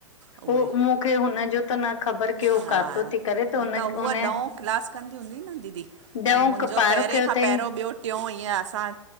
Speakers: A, on the right; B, on the left.
A: उहे
B: उहो मूंखे हुनजो त न ख़बर की हो
A: हा
B: काथों थी करे त हुन
A: हूअ
B: हुन
A: ॾहों क्लास कंदी हूं न दीदी
B: ॾहों
A: ऐं मुंहिंजो
B: पारो
A: पहिरियों
B: कयो
A: खां
B: अथई
A: पहिरियों ॿियों टियों हीअं असां